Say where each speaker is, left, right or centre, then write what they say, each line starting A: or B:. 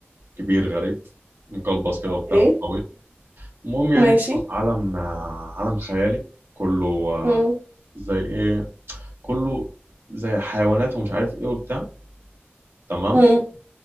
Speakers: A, on the right (about 70°); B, on the right (about 55°).
A: كبير غريب مقلبص كده
B: اوكي
A: وبتاع وطويل المهم يعني
B: ماشي
A: هو في عالم آه، عالم خيالي كله آه،
B: مم.
A: زي ايه كله زي حيوانات ومش عارف ايه وبتاع تمام
B: مم.